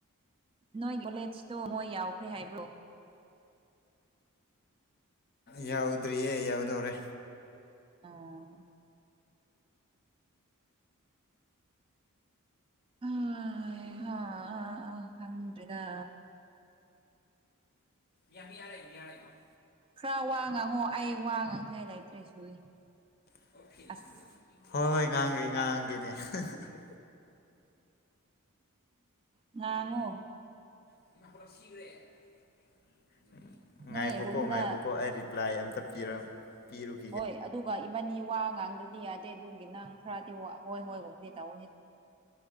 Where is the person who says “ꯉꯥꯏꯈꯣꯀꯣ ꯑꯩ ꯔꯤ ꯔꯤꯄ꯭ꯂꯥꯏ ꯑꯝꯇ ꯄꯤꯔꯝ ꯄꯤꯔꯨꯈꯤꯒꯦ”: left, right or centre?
Left